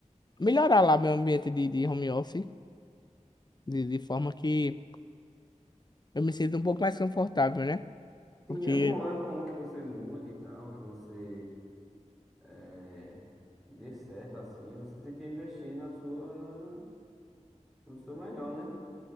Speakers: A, on the left; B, in the centre.
A: melhorar lá meu ambiente de, de home office, de, de forma que eu me sinta um pouco mais confortável, né?
B: Sim,
A: Porque,
B: é bom, é bom que você mude e tal, que você eh, que dê certo assim, você tem que investir na sua, no seu melhor, né?